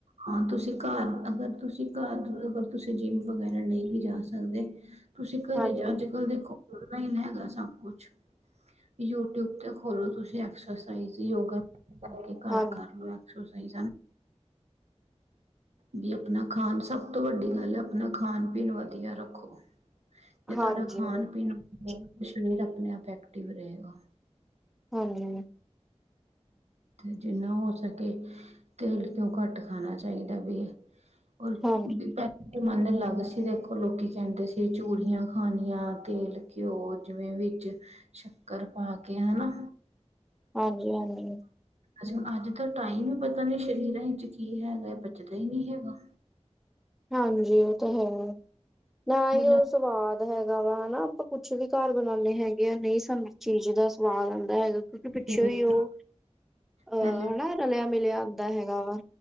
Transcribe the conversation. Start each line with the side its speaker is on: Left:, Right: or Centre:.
Right: ਹਾਂ ਤੁਸੀਂ ਘਰ ਅਗਰ ਤੁਸੀਂ ਘਰ ਅਗਰ ਤੁਸੀਂ ਜਿੰਮ ਵਗੈਰਾ ਨਈ ਵੀ ਜਾ ਸਕਦੇ। ਤੁਸੀਂ ਘਰੇ
Centre: ਹਾਂਜੀ,
Right: ਜਾ ਅੱਜ ਕੱਲ੍ਹ ਦੇਖੋ ਹੀ ਹੈਗਾ ਸਭ ਕੁਛ ਯੂਟਿਊਬ ਤੇ ਖੋਲੋ ਤੁਸੀਂ ਐਕਸਰਸਾਈਜ਼ ਯੋਗਾ ਕਰਕੇ ਘਰ
Centre: ਹਾਂ,
Right: ਕਰ ਲਓ ਐਕਸਰਸਾਈਜ਼ਾਂ ਵੀ ਆਪਣਾ ਖਾਣ ਸਭ ਤੋਂ ਵੱਡੀ ਗੱਲ ਹੈ ਆਪਣਾ ਖਾਣ ਪੀਣ ਵਧੀਆ ਰੱਖੋ। ਜੇ
Centre: ਹਾਂਜੀ,
Right: ਤੁਹਾਡਾ ਖਾਣ ਪੀਣ ਸਰੀਰ ਆਪਣੇ ਆਪ ਐਕਟਿਵ ਰਹੇਗਾ।
Centre: ਹਾਂਜੀ
Right: ਜਿੰਨਾ ਹੋ ਸਕੇ ਤੇਲ ਕਿਉਂ ਘੱਟ ਖਾਣਾ ਚਾਹੀਦਾ ਵੀ ਹੋਰ
Centre: ਹਾਂਜੀ।
Right: ਦਿਤਾ। ਮਨ ਲੱਗ ਸੀ ਦੇਖੋ ਲੋਕੀ ਕੈਂਦੇ ਸੀ ਚੂਰੀਆਂ ਖਣੀਆਂ ਤੇਲ ਘਿਓ ਜਿਵੇਂ ਵਿੱਚ ਸ਼ੱਕਰ ਪਾ ਕੇ ਹਨਾ।
Centre: ਹਾਂਜੀ-ਹਾਂਜੀ
Right: ਅੱਜਕਲ ਦਾ ਟਾਈਮ ਹੀ ਪਤਾ ਨੀ ਸਰੀਰਾਂ 'ਚ ਕੀ ਹੈਗਾ ਹੈ ਬਚਦਾ ਹੀ ਨਈ ਹੈਗਾ।
Centre: ਹਾਂਜੀ ਓ ਤਾਂ ਹੈ ਨਾ ਹੀ
Right: ਮਿਲਾ
Centre: ਓ ਸਵਾਦ ਹੈਗਾ ਵਾ ਹਨਾ ਆਪਾਂ ਕੁਛ ਵੀ ਘਰ ਬਣਾਣੇ ਹੈਗੇ ਆ ਨਈ ਸਾਨੂੰ ਚੀਜ਼ ਦਾ ਸਵਾਦ ਆਂਦਾ ਹੈਗਾ ਕਿਉਂਕਿ ਪਿੱਛੇ
Right: ਕਿਵੇਂ
Centre: ਹੀ ਓ
Right: ਸਾ-
Centre: ਆ
Right: ਪਹਿਲੇ
Centre: ਹਨਾ। ਰਲਿਆ ਮਿਲਿਆ ਹੁੰਂਦਾ ਹੈਗਾ ਵਾ।